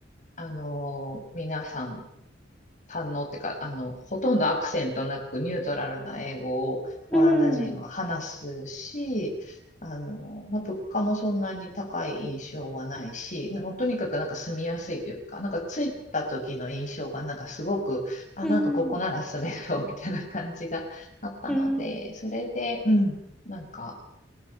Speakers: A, on the left; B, in the centre.
A: あの皆さん堪能ってか、あの、ほとんどアクセントなくニュートラルな英語をオランダ人は話すし、
B: うん
A: あの、まあ、物価もそんなに高い印象はないし、もうとにかくなんか住みやすいというか、なんか着いた時の印象がなんかすごく、あ、
B: うんうんう
A: なんかここなら住めそうみたいな感じがあったので、
B: ん
A: それで、うん、なんか